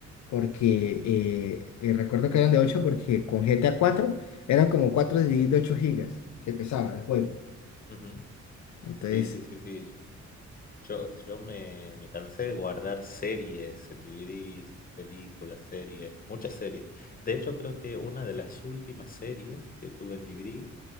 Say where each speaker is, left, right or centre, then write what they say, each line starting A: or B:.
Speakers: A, on the left; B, on the left.
A: Porque
B: ujú,
A: eh, eh, recuerdo que eran de 8 porque con GTA 4 eran como 4 DVDs de 8 GB que pesaba el juego.
B: ujú.
A: Entonces,
B: Sí, sí, sí, sí. Yo, yo me, me cansé de guardar series en DVDs, películas, series, muchas series. De hecho, creo que una de las últimas series que tuve en DVD